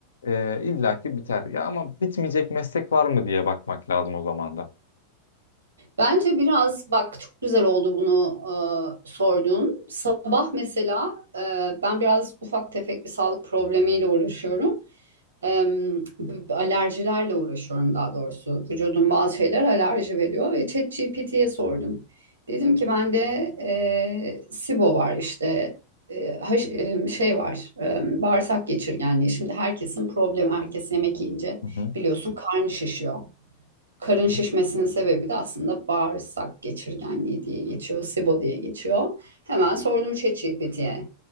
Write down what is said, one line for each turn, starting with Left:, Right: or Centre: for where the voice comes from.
Left: e, illaki biter. Ya ama bitmeyecek meslek var mı diye bakmak lazım o zaman da.
Right: Bence biraz bak çok güzel oldu bunu e, sorduğun. Sabah mesela e, ben biraz ufak tefek bir sağlık problemiyle uğraşıyorum. E, b- alerjilerle uğraşıyorum daha doğrusu. Vücudum bazı şeyler alerji veriyor ve ChatGPT'ye sordum. Dedim ki bende e, SIBO var işte e, haş- e, şey var e, bağırsak geçirgenliği. Şimdi herkesin problemi herkes yemek yiyince
Left: Hı hı.
Right: biliyorsun karnı şişiyor. Karın
Left: Hı
Right: şişmesinin
Left: hı.
Right: sebebi de aslında bağırsak geçirgenliği diye geçiyor, SIBO diye geçiyor. Hemen sordum ChatGPT'ye.